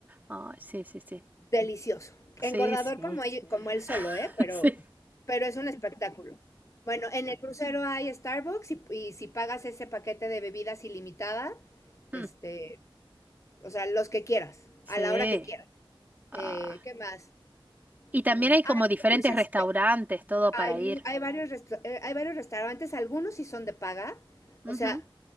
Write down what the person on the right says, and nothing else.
Ay, sí, sí, sí.
Sí,
sí.
<laughs>
Sí.
Mm,
Sí.
Ah.
Y también
hay como
diferentes
restaurantes, todo
para ir.
Ujú.